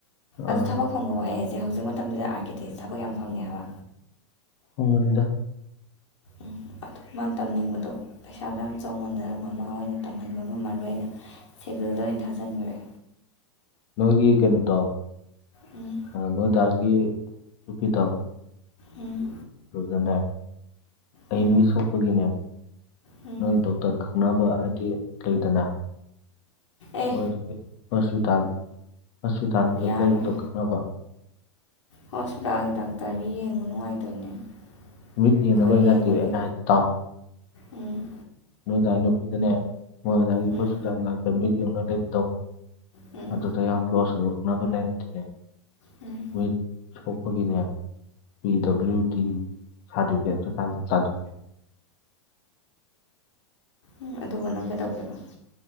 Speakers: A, on the left; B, on the left.
A: ꯑꯥ
B: ꯑꯗꯨ ꯊꯕꯛ ꯐꯪꯕ ꯋꯥꯌꯦ ꯍꯥꯖꯦ ꯍꯧꯖꯤꯛ ꯃꯇꯝꯗ ꯑꯥꯔꯀꯤꯇꯦꯛꯁ ꯊꯕꯛ ꯌꯥꯝ ꯐꯪꯉꯦ ꯍꯥꯏꯕ꯫
A: ꯐꯪꯕꯅꯤꯗ꯫
B: ꯎꯝ ꯑꯗꯣ ꯃꯥ ꯇꯝꯅꯤꯡꯕꯗꯣ꯫ ꯄꯩꯁꯥꯗꯣ ꯌꯥꯝ ꯆꯥꯎꯧꯃꯟꯗꯅ ꯃꯃꯥ ꯑꯣꯏꯅ ꯇꯝꯍꯟꯕ ꯉꯝꯃꯔꯣꯏꯅ ꯁꯦꯚꯤꯜꯗ ꯑꯣꯏꯅ ꯊꯥꯖꯤꯟꯒꯔꯦ꯫
A: ꯅꯣꯏꯒꯤ ꯀꯩꯅꯣꯗꯣ
B: ꯎꯝ
A: ꯅꯣꯏꯗꯥꯒꯤ ꯅꯨꯨꯄꯤ ꯗꯣ
B: ꯎꯝ꯫
A: ꯑꯗꯨꯗꯅꯦ ꯑꯩ
B: ꯎꯝ
A: ꯃꯤꯠ ꯁꯣꯛꯄꯒꯤꯅꯦ꯫
B: ꯎꯝ
A: ꯅꯣꯏ ꯗꯣꯛꯇꯔ ꯈꯪꯅꯕ ꯍꯥꯏꯗꯤ ꯂꯩꯗꯅ
B: ꯑꯦ
A: ꯃꯣꯏ ꯍꯣꯁꯄꯤꯇꯥꯜ ꯍꯣꯁꯄꯤꯇꯥꯜꯗ
B: ꯌꯥꯔꯣꯏ
A: ꯂꯩꯕꯗꯣ ꯈꯪꯅꯕ꯫
B: ꯍꯣꯁꯄꯤꯇꯥꯜꯒꯤ ꯗꯥꯛꯇꯔꯗꯤ ꯌꯦꯡꯕ ꯅꯨꯡꯉꯥꯏꯇꯕꯅꯦ꯫
A: ꯃꯤꯠ
B: ꯑꯩꯈꯣꯏ
A: ꯌꯦꯡꯅꯕꯩ ꯅꯠꯇꯦ
B: ꯌꯦꯡꯉꯨꯔꯦ
A: ꯑꯩꯅ ꯍꯥꯏꯗꯤ ꯇꯥꯎ꯫
B: ꯎꯝ꯫
A: ꯅꯣꯏꯗꯥꯏ ꯅꯨꯄꯤꯗꯅꯦ ꯃꯣꯏ ꯑꯗꯥꯏꯒꯤ
B: ꯎꯝ
A: ꯍꯣꯁꯄꯤꯇꯥꯜ ꯉꯥꯡꯇ ꯃꯤ ꯌꯧꯅ ꯂꯩꯕꯗꯣ
B: ꯎꯝ
A: ꯑꯗꯨꯗ ꯌꯥꯝ ꯀ꯭ꯂꯣꯖ ꯑꯣꯏꯕ ꯈꯪꯅꯕ ꯂꯩꯔꯗꯤꯅꯦ
B: ꯎꯝ
A: ꯃꯤꯠ ꯁꯣꯛꯄꯒꯤꯅꯦ ꯄꯤ ꯗꯕ꯭ꯂꯤꯎꯇꯤ ꯁꯔꯇꯤꯐꯤꯀꯦꯠꯇꯨ ꯇꯥꯟ ꯇꯥꯟꯊ
B: ꯎꯝ ꯑꯗꯨꯒ ꯅꯪ ꯀꯩꯗꯧꯒꯦꯕ